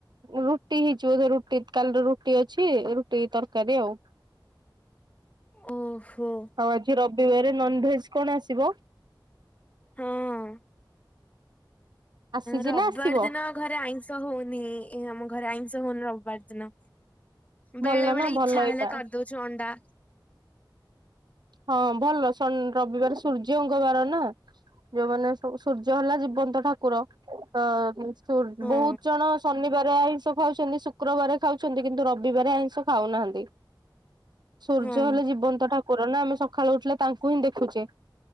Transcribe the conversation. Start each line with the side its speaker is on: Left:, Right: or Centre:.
Right: ରୁଟି ହେଇଯିବ ବୋଧ ରୁଟି କାଲିର ରୁଟି ଅଛି ରୁଟି ତରକାରୀ ଆଉ।
Left: ଓହୋ।
Right: ଆଉ ଆଜି ରବିବାର ନନଭେଜ କଣ ଆସିବ?
Left: ହଁ।
Right: ଆସିଛି
Left: ରବିବାର
Right: ନା ଆସିବ
Left: ଦିନ ଘରେ ଆଇଁଷ ହଉନି ଏ ଆମ ଘରେ ଆଇଁଷ ହଉନି ରବିବାର ଦିନ। ବେଳେ
Right: ଭଲ
Left: ବେଳେ
Right: ନା ଭଲ
Left: ଇଚ୍ଛା
Right: ଏଇଟା
Left: ହେଲେ କରିଦଉଛୁ ଅଣ୍ଡା।
Right: ହଁ ଭଲ ଶନ ରବିବାର ସୂର୍ଯ୍ୟଙ୍ଗବାର ନା। ଯୋଉମାନେ ସୂର୍ଯ୍ୟ ହେଲା ଜୀବନ୍ତ ଠାକୁର। ଅ
Left: ହଁ
Right: ବହୁତ ଜଣ ଶନିବାର ଆଇଁଷ ଖାଉଛନ୍ତି ଶୁକ୍ରବାର ଖାଉଛନ୍ତି କିନ୍ତୁ ରବିବାର ଆଇଁଷ ଖାଉନାହାନ୍ତି ସୂର୍ଯ୍ୟ
Left: ହଁ
Right: ହେଲେ ଜୀବନ୍ତ। ଠାକୁର ଆମେ ସକାଳୁ ଉଠିଲେ ତାଙ୍କୁ ହିଁ ଦେଖୁଛେ।